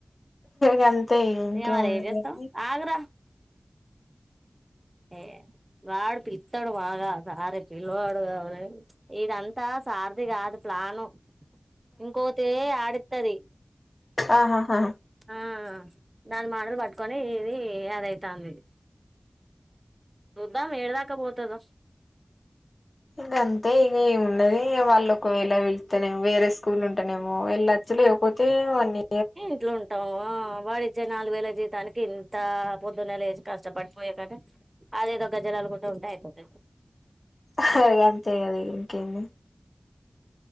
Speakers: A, on the left; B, on the right.
A: గంతే ఇంకేమున్నది
B: ఇగ మరి ఏంజేస్తం
A: కానీ
B: ఆగ్రా ఏ వాడు పిలుత్తడు మగా సారె పిల్వడుగువ ఇద అంతా సార్ది కాదు ప్లాను ఇంకోతే ఆడిత్తది
A: ఆహాహా
B: ఆ దాని మాటలు పట్టుకొని ఇది అదైతాంది ఇది చూద్దాం ఏడదాకా పోతదో
A: ఇంగ అంతే ఇంగ ఏమున్నది వాళ్ళు ఒకవేళ వెళ్తేనే వేరే స్కూల్ ఉంటనేమో ఎళ్ళ లేకపోతే అన్నీ
B: ఇంట్లో ఉంటావు వా వాడి మధ్య నాలుగు వేల జీతానికి ఇంత పొద్దున్నే లేచి కష్టపడిపోయే కంటే అదేదో గజ్జలల్లుకుంట ఉంటే అయిపోతే
A: ఇగ గంతే గద ఇంకేంది